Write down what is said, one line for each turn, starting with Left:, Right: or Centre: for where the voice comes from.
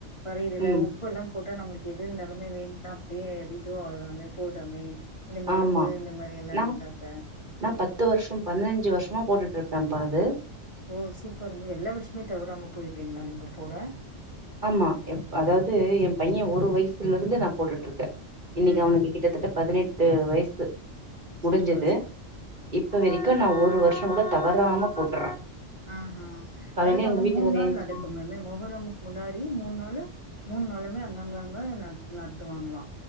Left: வரு இதுல
Right: ம்
Left: உ உப்பல்லா போட்டா நம்மளுக்கு எது இருந்தாலுமே வேண்டுனா அப்டியே <unintelligible> ஆறாமே போதாமே இந்த மருவு
Right: ஆமா
Left: இந்த மாரி எல்லா
Right: நா
Left: இருந்தாக்க
Right: நா பத்து வர்ஷம் பன்னஞ்சு வர்ஷமா போட்டுட்டு இருக்கே பா அது
Left: ஓ சூப்பர்ங்க எல்லா வர்ஷமே தவறாம போயிடுறீங்ளா நீங்க போட
Right: ஆமா எப் அதாவது எ பையெ ஒரு வயசுல இருந்து நா போட்டுட்டு இருக்கே இன்னக்கி
Left: ம்
Right: அவனுக்கு கிட்டத்தட்ட பதினெட்டு வயசு முடுஞ்சது
Left: சூப்பர் சூப்பர்
Right: இப்ப வரிக்கு நா ஒரு வர்ஷோ கூட தவறாம போட்டுறே
Left: அஹ
Right: காலையில
Left: அது தாங்க
Right: எங்க வீட்டுக்காரு
Left: மூன் நாள்
Right: ஏன்ச்சு
Left: நடக்குமே மொகரமுக்கு முன்னாடி மூன் நாளு மூனு நாளுமே அங்கங்க அங்க நடத் நடத்துவாங்களா